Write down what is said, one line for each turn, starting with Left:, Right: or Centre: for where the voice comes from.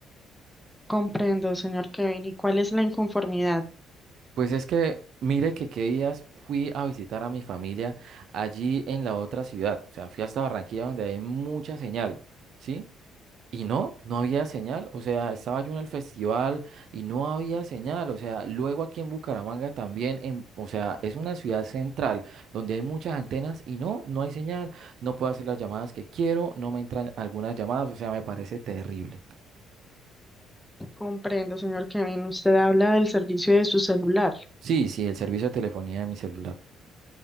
Centre: Comprendo, señor Kevin. ¿Y cuál es la inconformidad?
Right: Pues es que, mire que qué días fui a visitar a mi familia allí en la otra ciudad. O sea, fui hasta Barranquilla donde hay mucha señal, ¿sí? Y no, no había señal, o sea, estaba yo en el festival y no había señal, o sea, luego aquí en Bucaramanga también, en, o sea, es una ciudad central donde hay muchas antenas y no, no hay señal, no puedo hacer las llamadas que quiero, no me entran algunas llamadas, o sea, me parece terrible.
Centre: Comprendo, señor Kevin. Usted habla del servicio de su celular.
Right: Sí, sí, el servicio de telefonía de mi celular.